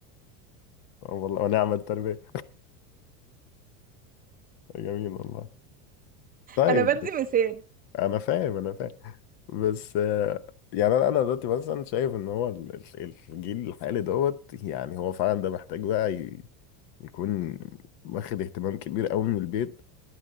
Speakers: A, on the left (about 55°); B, on the right (about 20°).
A: طب والله ونعم التربيه جميل والله طيب
B: انا بدي مثال
A: انا فاهم انا فاهم بس آه، يعني انا أنا دلوقتي مثلا شايف ان هو ال- ال- الجيل الحالي دوت يعني هو فعلا ده محتاج بقى ي- يكون واخد اهتمام كبير قوي من البيت